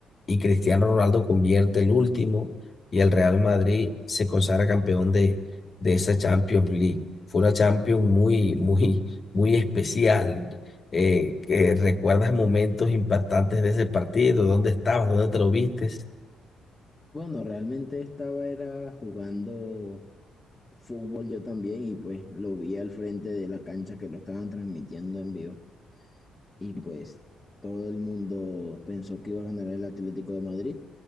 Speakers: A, on the left; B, on the left.
A: y Cristiano Ronaldo convierte el último y el Real Madrid se consagra campeón de, de esa Champions League. Fue una Champions muy, muy, muy especial. eh, que ¿recuerdas momentos impactantes de ese partido? ¿Dónde estabas? ¿Dónde te lo viste?
B: Bueno, realmente estaba era jugando fútbol yo también y pues lo vi al frente de la cancha que lo estaban transmitiendo en vivo. Y pues todo el mundo pensó que iba a ganar el Atlético de Madrid,